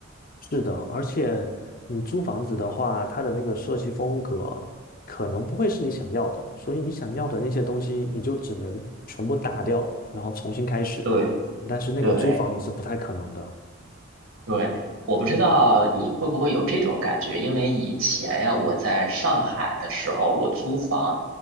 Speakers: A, on the left; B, on the right.
A: 是的，而且你租房子的话，它的那个设计风格可能不会是你想要的，所以你想要的那些东西，你就只能全部打掉，然后重新开始。
B: 对
A: 但是那个租房你是不太可能的。
B: 对。对，我不知道你会不会有这种感觉，因为以前呀，我在上海的时候，我租房，